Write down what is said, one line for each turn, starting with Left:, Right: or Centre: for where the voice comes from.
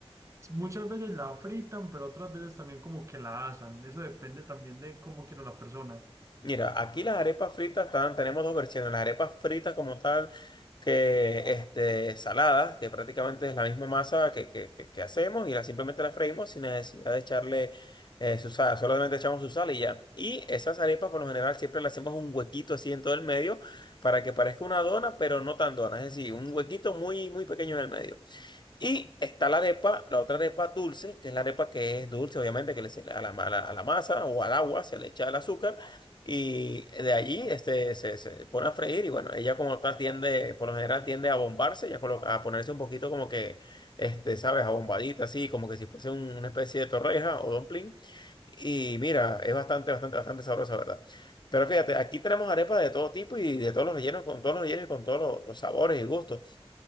Right: Muchas veces la fritan, pero otras veces también como que la asan. Eso depende también de cómo quiera la persona.
Left: Mira, aquí las arepas fritas están, tenemos dos versiones. Las arepas fritas como tal, que este, saladas, que prácticamente es la misma masa que, que, que, que hacemos y la, simplemente la freímos sin necesidad de echarle eh, su sal. Solamente echamos su sal y ya. Y esas arepas por lo general siempre le hacemos un huequito así en todo el medio para que parezca una dona, pero no tan dona. Es decir, un huequito muy, muy pequeño en el medio. Y está la arepa, la otra arepa dulce, que es la arepa que es dulce, obviamente, que le se- a la, a la- a la masa o al agua se le echa el azúcar y de allí este, se, se pone a freír y bueno, ella como tal tiende, por lo general tiende a bombarse, ya colo- a ponerse un poquito como que, este, sabes, abombadita, así, como que si fuese un- una especie de torreja o dumpling. Y mira, es bastante, bastante, bastante sabrosa, ¿verdad? Pero fíjate, aquí tenemos arepas de todo tipo y de todos los rellenos, con todos los rellenos y con todos los los sabores y gustos.